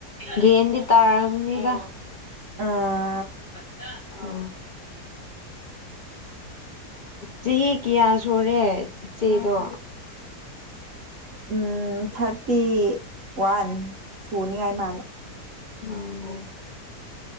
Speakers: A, on the left; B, on the right.
A: ꯒꯦꯝꯗꯤ ꯇꯥꯔꯝꯅꯤꯗ
B: ꯑ
A: ꯑꯣ ꯆꯍꯤ ꯀꯌꯥ ꯁꯨꯔꯦ ꯆꯦꯗꯣ
B: ꯎ ꯊꯥꯔꯇꯤ ꯋꯥꯟ ꯁꯨꯅꯤꯉꯥꯏ ꯃꯥꯜꯂꯦ
A: ꯎꯝ